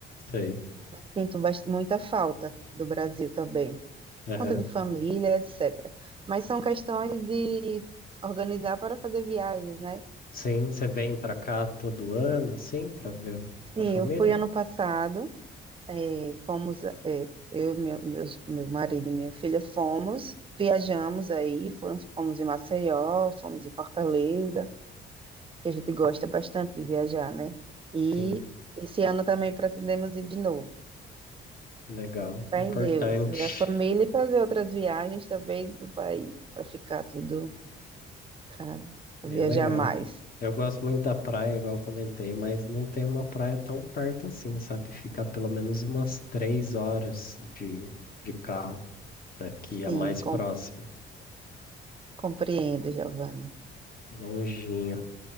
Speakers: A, on the left; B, on the right.
A: Sei.
B: Mas sinto bas- muita falta do Brasil também, por
A: Aham.
B: conta de família, etc. Mas são questões de organizar para fazer viagens, né?
A: Sim, você vem pra cá todo ano assim pra ver
B: Sim,
A: a família?
B: eu fui ano passado. é, fomos, é, eu, meu, meus, meu marido e minha filha fomos, viajamos aí, fomos, fomos em Maceió, fomos em Fortaleza, que a gente gosta bastante de viajar, né? E
A: Sim,
B: esse ano também pretendemos ir de novo.
A: legal,
B: Fé
A: importante.
B: em Deus, ver a família e fazer outras viagens também do país, para ficar tudo, sabe? Pra
A: Bem
B: viajar
A: legal.
B: mais.
A: Eu gosto muito da praia, igual eu comentei, mas não tem uma praia tão perto assim, sabe? Fica pelo menos umas três horas de, de carro daqui,
B: Sim,
A: a mais
B: com-
A: próxima,
B: compreendo, Giovanni.
A: longinho.